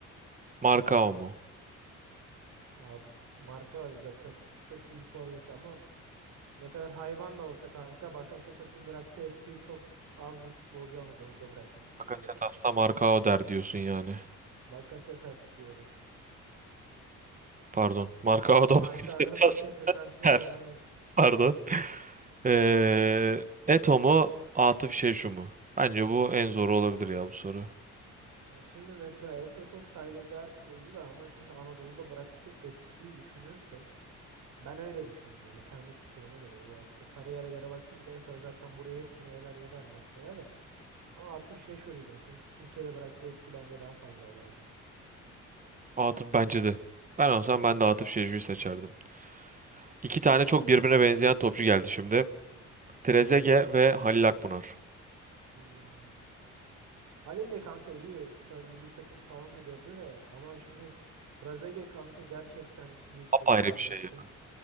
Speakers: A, on the right; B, on the right.
A: Markao mu?
B: Abi marka zaten çok iyi bir forvet ama Ne kadar hayvan da olsa kanka Bakasetas'ın bıraktığı etkiyi çok az bir futbolcu Anadolu'da bırakmıştır
A: Bakasetas'ta
B: diyorum.
A: Markao der diyorsun yani.
B: Bakasetas diyorum.
A: Pardon. Marka <laughs> o
B: <laughs>
A: da
B: Markada
A: bakışta biraz
B: Bakasetas
A: <laughs>
B: der
A: ters.
B: aynen.
A: Pardon. Ee, Eto mu? Atıf Şeşu mu? Bence bu en zoru olabilir ya bu soru.
B: Ya şimdi mesela Eto çok saygıdeğer futbolcu da ama şimdi Anadolu'da bıraktığı etkiyi düşünürsek ben öyle düşünüyorum yani kendi şeyime göre yoksa kariyere göre baktığımızda Eto zaten buraya hepsini eyler gider mesela da ama Atıf şey şu diyeceğim çünkü Türkiye'de bıraktığı etki bence daha fazlaydı Atıf'ın.
A: Atıf bence de. Ben olsam ben de Atıf Şeşu'yu seçerdim. İki tane çok birbirine benzeyen topçu geldi şimdi. Trezeguet ve Halil Akbunar.
B: Hmm. Halil de kanka iyi. Tabii milli takım falan da gördü de ama şimdi Trezeguet kanka gerçekten büyük
A: Apayrı
B: bir etki
A: bir
B: bıraktı.
A: şey ya.